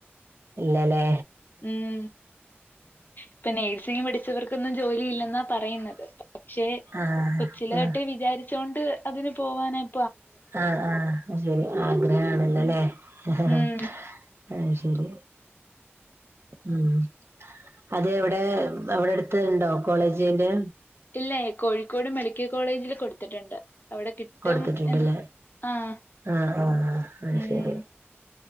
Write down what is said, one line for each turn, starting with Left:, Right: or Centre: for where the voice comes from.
Right: ഇല്ലല്ലേ
Left: ഉം ഇപ്പൊ നേഴ്സിംഗ് പഠിച്ചവർക്കൊന്നും ജോലി ഇല്ലെന്നാ പറയുന്നത് പക്ഷെ
Right: ആഹ്
Left: കൊച്ചില
Right: ആഹ്
Left: തൊട്ടെ വിചാരിച്ചൊണ്ട് അതിന് പോവാനായി
Right: ആആഹ് ശരി ആഗ്രഹണല്ലോല്ലേ
Left: ഉം
Right: ഹ ഹ
Left: ഉം.
Right: ആ ശരി ഉ അതേ വെ അവിടെ അവിടെ അടുത്തണ്ടോ കോളേജിന്റെ
Left: ഇല്ല കോഴിക്കോട് മെഡിക്കൽ കോളേജില് കൊടുത്തിട്ടുണ്ട് അവിടെ കിട്ടും
Right: കൊടുത്തിട്ടുണ്ടല്ലേ
Left: എന്ന് ആഹ്
Right: ആഹ ആഹ ആ
Left: ഉം
Right: ശരി